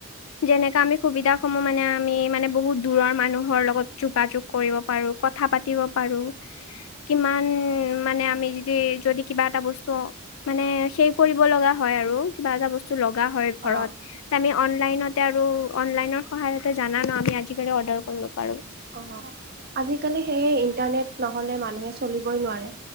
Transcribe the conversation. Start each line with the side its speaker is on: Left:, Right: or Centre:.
Left: যেনেকাে আমি সুবিধা সমূহ মানে আমি মানে বহুত দূৰৰ মানুহৰ লগত যোগাযোগ কৰিব পাৰো কথা পাতিব পাৰো
Right: উ
Left: কিমান মানে আমি য যদি কিবা এটা বস্তু মানে সেই কৰিব লগা হয় আৰু কিবা এটা বস্তু লগা হয় ঘৰত।
Right: অঁ
Left: আমি অনলাইনতে আৰু অনলাইনৰ সহায়ত জানা ন আমি আজিকালি অৰ্ডাৰ কৰিব পাৰোঁ।
Right: অ আজিকালি সেয়ে ইণ্টাৰনেট নহ'লে মানুহে চলিবই নোৱাৰে।